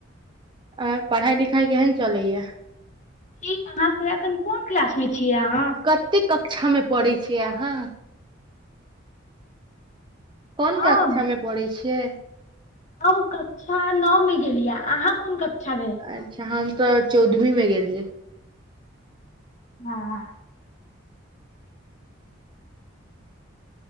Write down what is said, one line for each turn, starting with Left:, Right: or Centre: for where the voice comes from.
Right: <inaudible> आ पढ़ाई लिखाई केहन चलैया
Left: ठीक अहाँक कहाँ अखन कोन क्लास में छियै अहाँ
Right: कते कक्षा में पढ़ै छिय अहाँ कोन
Left: हम
Right: कक्षा मे पढ़ै छियै
Left: हम कक्षा नो में गेलियै अहाँ कोन कक्षा में
Right: अच्छा हम तऽ चौदवीं में गेलियै
Left: हँऽ